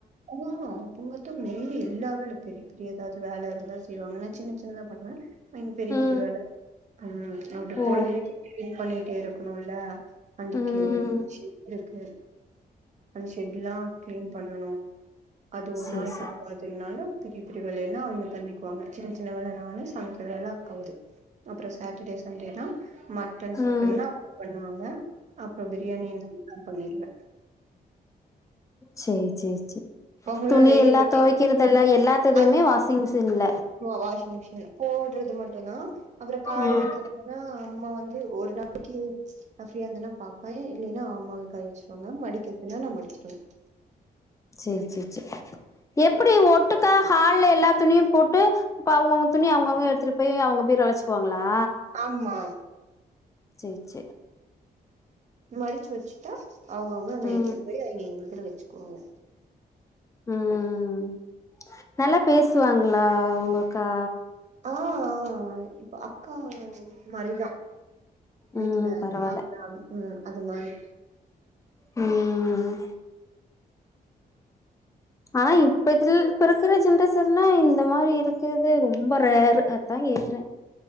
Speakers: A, on the right; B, on the left.
A: ஆ <unintelligible> மே எல்லா வேலை பெரிய பெரிய எதாவது வேல இருந்தா செய்வாங்க நா சின்ன சின்னதா பண்ணுவே எங்க பெரிய
B: ம்
A: பெரிய வேல ம் அப்டி
B: ஓ
A: பொழுதனைக்கு க்ளீன் பண்ணிட்டே இருக்கணுல அங்கிக்கு
B: ம்
A: இருக்கு அந்த ஷெட் லா கிளீன் பண்ணனு அது ஒரு
B: சேரி
A: நாளைக்கு
B: சேரி
A: ஆவாது னால பெரிய பெரிய வேலையல்லா அவிங்க பண்ணிக்குவாங்க சின்ன சின்ன வேல நானு சமைக்கற வேல அக்காது அப்றோ சேட்டர்டே சண்டேனா மட்டன் சிக்கன்னா
B: ம்
A: அவுங்க பண்ணுவாங்க அப்ப பிரியாணின்னா நா பண்ணிருவே
B: செரி செரி செரி
A: உங்களோட
B: துணி
A: டெய்லி
B: எல்லா
A: ரொட்டீன்
B: தோக்கறதெல்லா எல்லாத்ததுமே
A: அது
B: வாஷிங் மிஷின்ல
A: வாஷிங் மிஷின் போட்றது மட்டு்தா அப்பறோ காய
B: ம்
A: வெக்கிறதுனா அம்மா வந்து ஒரு நாள் நா ஃப்ரியா இருந்தன்னா பாப்ப இல்லேன்னா அம்மாவே காய வெச்சிருவாங்க மடிக்கிறதுன்னா நா மடிச்சுருவ
B: செரி செரி செரி எப்டி ஒட்டுக்கா ஹால்ல எல்லா துணியு போட்டு இப்ப அவுங்கவுங்க துணி அவுங்கவுங்க எடுத்துட்டு போய் அவுங்க பீரோல வச்சுக்குவாங்களா
A: ஆமா
B: செசெ
A: மடிச்சு வெச்சுட்டா அவுங்கவுங்க அங்க
B: ம்
A: எடுத்துட்டு போய் இங்க இதுல வெச்சுக்குவாங்க
B: ம் நல்லா பேசுவாங்களா உங்கக்கா
A: ஆஹ ஆஹ இப்ப அக்கா மாரி வீட்ல
B: ம் பரவால்ல
A: அக்கா ம் அது மாரி
B: ம் ஆனா இப்பதுல இப்ப இருக்கற ஜென்ரேஷன்லா இந்த மாரி இருக்குறது ரொம்ப ரேரு அத்தா கேக்குறே